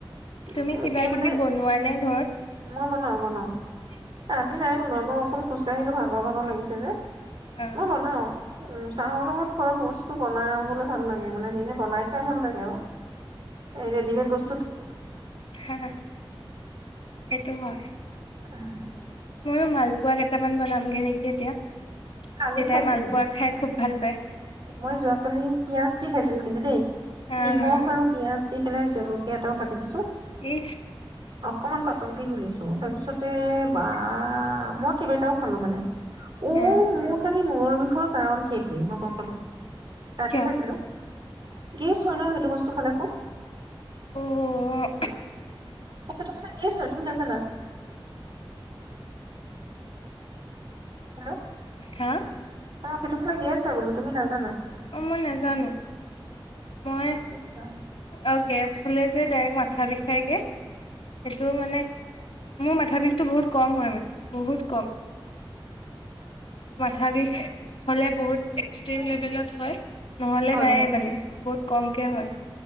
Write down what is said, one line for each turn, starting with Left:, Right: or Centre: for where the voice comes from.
Right: উম,
Left: তুমি কিবা
Right: এতিয়া মানে
Left: কিবি বনোৱা নে ঘৰত?
Right: মই বনাও বনাও আজি নাই বনোৱা ম অকণ খোজ কাঢ়িলো ভাগৰ ভাগৰ লাগিছে যে।
Left: অ
Right: মই বনাওঁ। উম, চাহৰ লগত খোৱা বস্তু বনাবলৈ ভাল লাগে মানে নিজে বনাই খাই ভাল লাগে আৰু, এই ৰেডিমেড বস্তু
Left: হা এইটো হয়
Right: অঁ,
Left: আৰু মালপোৱা, কেইটামান বনামগে নেকি এতিয়া।
Right: কালি
Left: দেউতাই
Right: খাইছিলো
Left: মালপোৱা খাই
Right: উ
Left: খুব ভাল পায়
Right: মই যোৱাকালি পিয়াঁজ, দি খাইছিলো কিন্তু দেই
Left: হা
Right: নিমখ
Left: হা
Right: আৰু পিয়াঁজ দি পেলাই- জলকীয়া এটাও কাটি দিছো
Left: ই
Right: অকণমান পা- পতংকি ঘুলিছো তাৰ পিছতে বাৰ মই কেইটাও খালো মানে। অ
Left: উম
Right: খালি মূৰ বিষয়ৰ কাৰণ সেইটোৱে মই গম পালো। ৰাতি
Left: কিয়
Right: খাইছিলো। গেছ হয় ন সেইটো বস্তু খালে খুব।
Left: উম
Right: প্ৰসাদটো খালে গেছ হয়, তুমি নাজানা? হেল্ল'
Left: হা
Right: অ, সেইটো খালে গেছ হয় বুলো, তুমি নাজানা
Left: অ, মই নেজানো মই,
Right: গেছ হয়।
Left: অ গেছ ছলে যে ডাইৰেক্ট মাথা বিষাইগে, সেইটো মানে, মোৰ মাথা বিষটো বহুত কম হয় মানে, বহুত কম মাথা বিষ হলে বহুত এক্সট্ৰিম
Right: উম,
Left: লেভেলত হয় নহলে
Right: হয়
Left: নায়ে
Right: হয়।
Left: মানে বহুত কম হয়